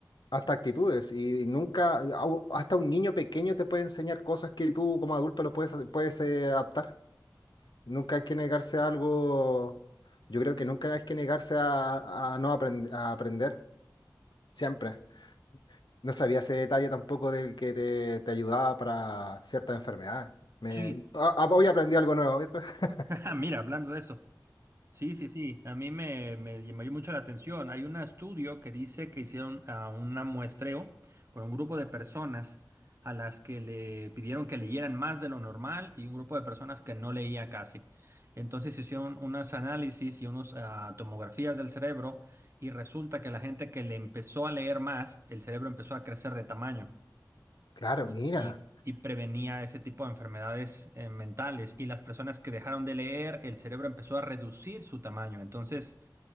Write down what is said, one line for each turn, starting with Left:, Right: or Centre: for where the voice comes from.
Left: hasta actitudes. Y, nunca, au- hasta un niño pequeño te puede enseñar cosas que tú como adulto lo puedes, hacer- puedes eh, adaptar. Nunca hay que negarse a algo, yo creo que nunca hay que negarse a, a no aprend- a aprender, siempre. No sabía ese detalle tampoco del que te, te ayudaba para ciertas enfermedades. Me,
Right: sí. <laughs>
Left: a- a- hoy aprendí algo nuevo, ¿viste? <laughs>
Right: Ah, Mira, hablando de eso. Sí, sí, sí. A mí me, me llamó mucho la atención. Hay un estudio que dice que hicieron ah, un muestreo con un grupo de personas a las que le pidieron que leyeran más de lo normal y un grupo de personas que no leía casi. Entonces hicieron unos análisis y unas tomografías del cerebro y resulta que la gente que le empezó a leer más, el cerebro empezó a crecer de tamaño
Left: Claro,
Right: y,
Left: mira,
Right: y- y prevenía ese tipo de enfermedades eh, mentales. Y las personas que dejaron de leer, el cerebro empezó a reducir su tamaño. Entonces,